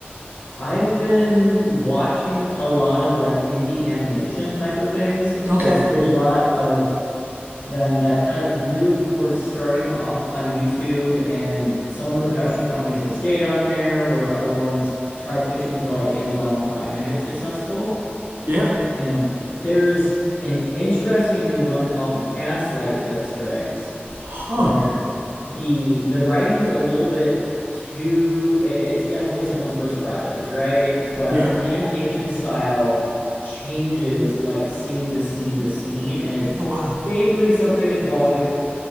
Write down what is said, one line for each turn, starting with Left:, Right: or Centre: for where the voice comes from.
Left: I've been watching a lot of like indie animation type of things.
Right: Okay.
Left: It's there's a lot of them that have kind of moved towards starting off on YouTube, and some of the production companies have stayed on there, whereas other ones try pitching to like Amazon Prime and get successful.
Right: Yeah.
Left: Yeah, there's an interesting new one called the Gaslight District,
Right: Huh.
Left: where the the writing's a little bit too it- it's definitely someone's first project, right? But
Right: Yeah.
Left: the animation style changes like scene to scene to scene, and it's
Right: Oh wow.
Left: vaguely something involving